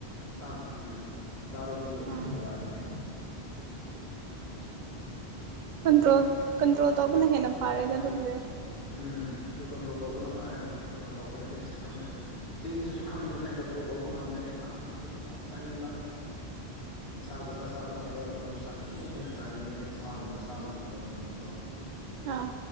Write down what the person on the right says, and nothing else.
ꯑꯥ
ꯀꯟꯇ꯭ꯔꯣꯜ ꯀꯟꯇ꯭ꯔꯣꯜ ꯇꯧꯕꯅ ꯍꯦꯟꯅ ꯐꯥꯔꯦꯗ ꯑꯗꯨꯕꯨꯗꯤ
ꯑꯥ